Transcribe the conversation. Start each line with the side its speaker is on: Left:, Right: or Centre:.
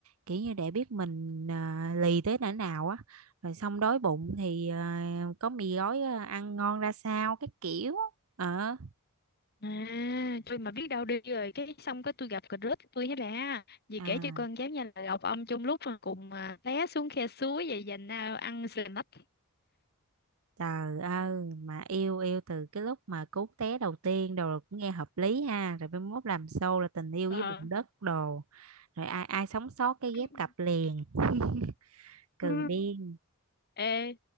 Right: kiểu như để biết mình à, lì tới哪nào á rồi xong đói bụng thì à, có mì gói à, ăn ngon ra sao cái kiểu ờ
Left: À, tôi mà biết đâu đi rồi cái xong cái tôi gặp cà rớt tôi hết ra vì
Right: à,
Left: kể cho con cháu nhà là gặp ông chung lúc mà cùng à, té xuống khe suối vậy dành à, ăn sờ nách
Right: trời ơi mà yêu yêu từ cái lúc mà cú té đầu tiên đồ là cũng nghe hợp lý ha rồi mai mốt làm show là tình yêu
Left: Ờ.
Right: với bụng đất đồ rồi ai ai sống sót cái
Left: <laughs>
Right: ghép cặp liền <laughs> cừ
Left: Ừ.
Right: điên
Left: ê